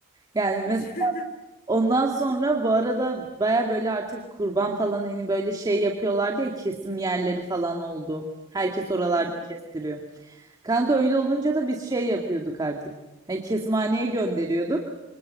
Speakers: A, on the right; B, on the left.
A: Yani mesela
B: <laughs>
A: ondan sonra bu arada baya böyle artık kurban falan hani böyle şey yapıyorlar diye kesim yerleri falan oldu. Herkes oralarda
B: Hı hı.
A: kestiriyor. Kanka öyle olunca da biz şey yapıyorduk artık. Hani kesimhaneye gönderiyorduk.